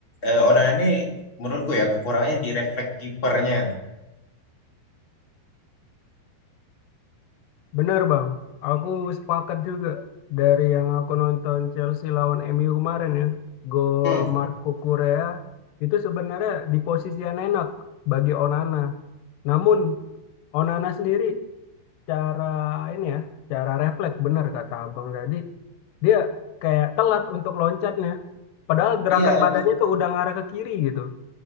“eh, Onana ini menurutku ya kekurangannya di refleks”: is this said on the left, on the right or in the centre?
Left